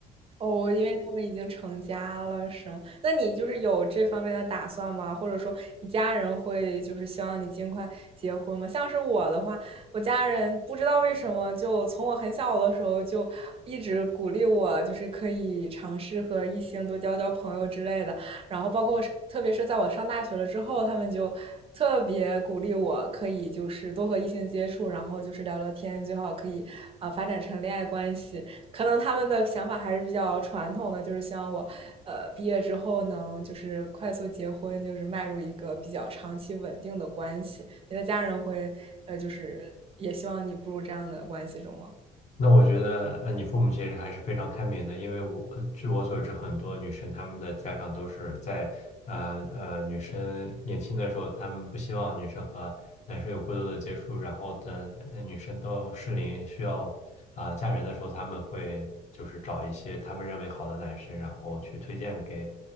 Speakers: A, on the right; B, on the left.
A: 哦，因为他们已经成家了，是吗？那你就是有这方面的打算吗？或者说，你家人会就是希望你尽快结婚吗？像是我的话，我家人不知道为什么，就从我很小的时候就一直鼓励我，就是可以尝试和异性多交交朋友之类的。然后，包括我是特别是在我上大学了之后，他们就特别鼓励我可以就是多和异性接触，然后就是聊聊天，最好可以啊、呃发展成恋爱关系。可能他们的想法还是比较传统的，就是希望我，呃，毕业之后能就是快速结婚，就是迈入一个比较长期稳定的关系。你的家人会，呃，就是也希望你步入这样的关系中吗？
B: 那我觉得，呃，你父母其实还是非常开明的，因为我，呃据我所知，很多女生她们的家长都是在，呃呃，女生年轻的时候，她们不希望女生和男生有过多的接触，然后等呃女生到适龄需要啊、呃嫁人的时候，他们会就是找一些他们认为好的男生，然后去推荐给